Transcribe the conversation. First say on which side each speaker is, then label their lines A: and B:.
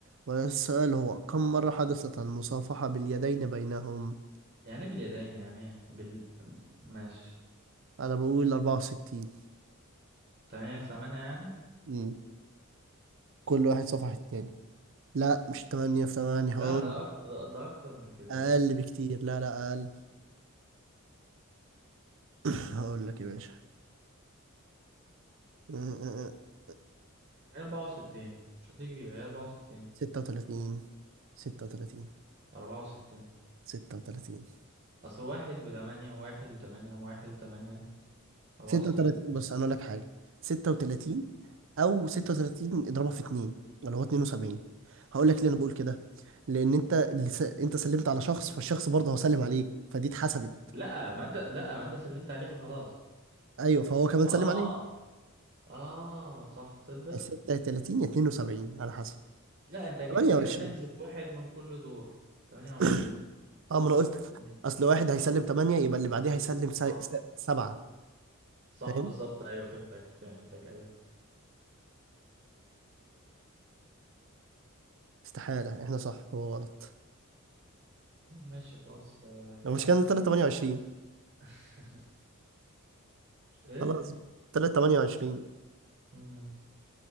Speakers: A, on the right; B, on the right.
A: والسؤال هو كم مرة حدثت المصافحة باليدين بينهم
B: يعني ايه باليدين يعني ايه بال ماشي
A: أنا بقول 64
B: تمانية في تمانية يعني
A: مم. كل واحد صافح التاني لا مش 8 في 8 هقول
B: لا ده أكتر ده, ده أكتر من كده
A: أقل
B: إيه اللي أنت
A: بكتير لا لا أقل <laughs> هقول لك يا باشا <laughs>
B: هي أربعة وستين مش هتيجي هي أربعة وستين
A: 36 36
B: أربعة وستين
A: 36
B: اصل واحد وتمانية وواحد وتمانية وواحد وتمانية أربعة
A: 36
B: وستين
A: بص انا اقول لك حاجه 36 او 36 اضربها في 2 اللي هو 72 هقول لك ليه انا بقول كده لان انت اللي س... انت سلمت على شخص فالشخص برضه هو سلم عليك فدي اتحسبت
B: لأ ما انت لأ ما انت سلمت عليه فخلاص
A: ايوه فهو كمان
B: اه
A: سلم عليك
B: اه صح تصدق
A: 36 يا 72 على حسب
B: لأ انت انت
A: 28
B: كده تحذف واحد من كل دور تمانية
A: <coughs>
B: وعشرين
A: اه ما انا قلت
B: مم،
A: اصل واحد هيسلم 8 يبقى اللي بعديه هيسلم
B: صح
A: 7
B: صح
A: فاهم
B: بالظبط ايوه فهمتك فهمتك ايوه
A: استحالة احنا صح هو غلط
B: ماشي خلاص آه.
A: لو مش كان 328
B: <laughs> ايه
A: خلاص 328
B: مم،